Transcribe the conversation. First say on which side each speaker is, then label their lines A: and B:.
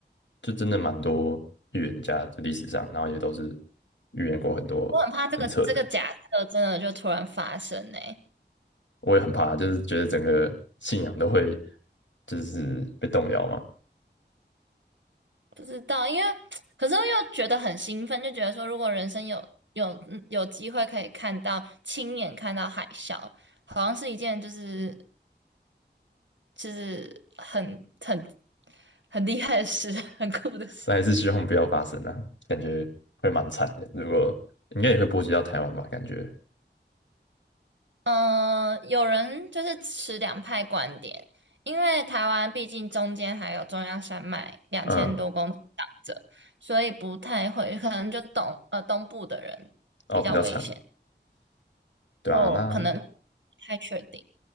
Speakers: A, on the left; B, on the right.
A: 就真的蛮多预言家的历史上，然后也都是预言过很多很扯的。
B: 我很怕这个这个假设真的就突然发生呢、
A: 我也很怕，就是觉得整个信仰都会就是被动摇嘛。
B: 不知道，因为 <tsk> 可是又觉得很兴奋，就觉得说如果人生有有嗯有机会可以看到亲眼看到海啸，好像是一件就是就是很很很厉害的事，<laughs> 很酷的事。
A: 但还是希望不要发生啊，感觉会蛮惨的。如果应该也会波及到台湾吧，感觉，
B: 嗯、呃，有人就是持两派观点，因为台湾毕竟中间还有中央山脉两千多公里挡着，
A: 嗯，
B: 所以不太会，可能就东呃东部的人比较危险，
A: 哦，比较惨，对啊，
B: 就可能不
A: 那
B: 太确定。